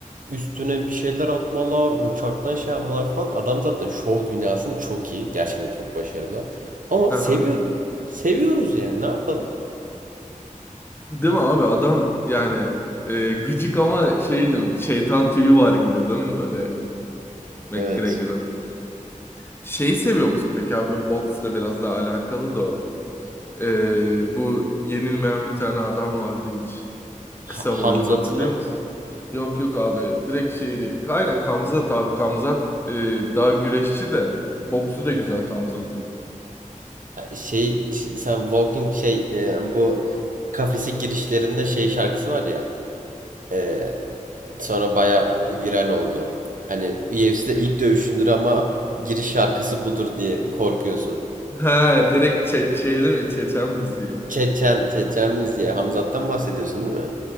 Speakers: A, on the right (about 75°); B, on the left (about 15°).
A: üstüne bir şeyler atmalar, uçaktan şey yapmalar falan. Adam zaten şov dünyasında çok iyi. Gerçekten çok başarılı. Ama
B: Aha.
A: seviyoruz. Seviyoruz yani ne yapalım?
B: Değil mi abi adam yani e, gıcık ama şey değil mi? Şeytan tüyü var gibi değil mi böyle? McGregor'ın.
A: Evet.
B: Şeyi seviyor musun peki abi? Boksla biraz daha alakalı da o. Ee, bu yenilmeyen bir tane adam vardı hiç.
A: Ha-
B: Kısa
A: Hamzat'ı
B: boylu. Hatırlıyor
A: mı?
B: musun? Yok yok abi. Direkt şeydi. Aynen Kamzat abi. Kamzat e, daha güreşçi de. Boksu da
A: Hı.
B: güzel Kamzat'ın.
A: Ha, Şey, şey- sen Walking şey e, bu kafesi girişlerinde şey şarkısı var ya. Ee, sonra baya viral oldu. Hani UFC'de ilk dövüşündür ama giriş şarkısı budur diye korkuyorsun.
B: He direkt çe- şey değil mi? Çeçen müziği.
A: Çeçen, Çeçen diye Hamzat'tan bahsediyorsun değil mi?